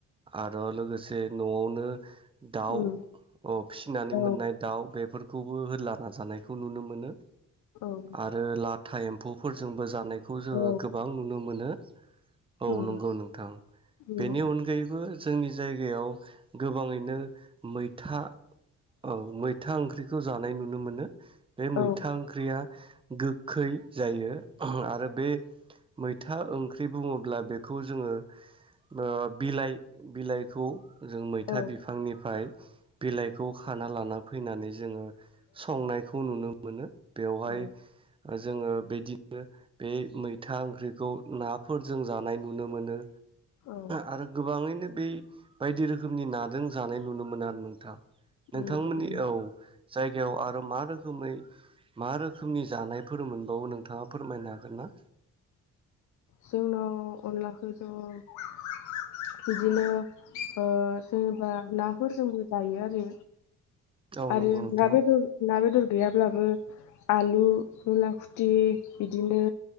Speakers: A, on the right (about 15°); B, on the left (about 70°).
A: आरो लोगोसे बे न'आवनो दाउ
B: उम
A: अ फिसिनानै
B: औ
A: मोननाय दाउ बेफोरखौ बे खौबो हाला नाजानायखौ नुनो मोनो।
B: उम
A: आरो लाथा लाथा एम्फौफोरजोंबो जानाय बेखौ जोङो
B: औ
A: गोबां नुनो मोनो औ
B: उम
A: नंगौ नोंथां
B: उम
A: बेनि अनगायैबो जोंनि जायगायाव गोबाङैनो मैथा औ मैथा ओंख्रिखौ खौ जानाय नुनो मोनो। बे मैथा
B: औ
A: ओंख्रिया गोखै। जायो आरो बे। मैथा ओंख्रि बुङोब्ला बेखौ जोङो ओ बिलाइ बिलाइखौ जों मैथा
B: औ
A: बिफांनिफ्राय बिलाइखौ खाना लाना फैनानै जोङो संनायखौ नुनो मोनो। बेवहाय
B: औ
A: जोङो बेदिनो बे मैथा ओंख्रिखौ नाफोर जों जानाय नुनो मोनो।
B: औ
A: आरो गोबाङैनो बे बायदि रोखोमनि नाजों जानाय नुनो मोनो आरो नोंथां।
B: उम
A: नोंथांमोननि
B: उम
A: औ। जायगायाव आरो मा रोखोमै मा रोखोमनि जानायफोर मोनबावो नोंथाङा फोरमायनो हागोन ना?
B: जोंनाव अनलाखौ ज' बिदिनो ओ जेनेबा नाफोरजोंबो जायो आरो।
A: औ
B: आरो
A: नंगौ नोंथां
B: ना बेदर ना बेदर गैयाब्लाबो आलु, मुला खुथि बिदिनो